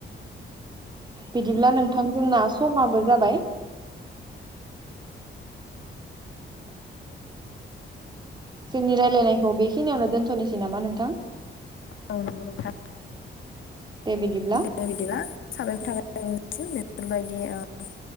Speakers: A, on the right; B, on the left.
A: बिदिब्ला नोंथां जोंना समाबो जाबाय जोंनि रायलायनायखौ बेखिनियावनो दोनथ'नोसै नामा नोंथां।
B: औ
A: <inaudible>
B: नंगौ नोंथां
A: दे बिदिब्ला।
B: बे बिदिब्ला साबायखर थाबाय बेफोरबायदि ओ